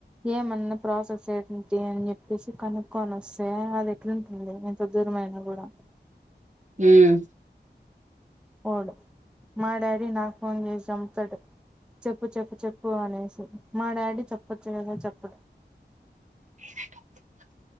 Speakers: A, in the centre; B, on the right.
A: ఏమన్నా ప్రాసెస్ ఏంటి అని చెప్పేసి కనుక్కొని వస్సే అది ఎట్లుంటుంది ఎంత దే మా అన్నా గూడా
B: హ్మ్మ్
A: అవును మా డాడీ నాకు ఫోన్ చేసి సంపుతడు చెప్పు చెప్పు చెప్పు అనేసి మా డాడీ చెప్పచ్చుగదా చెప్పడు
B: వేరే డబ్బుందా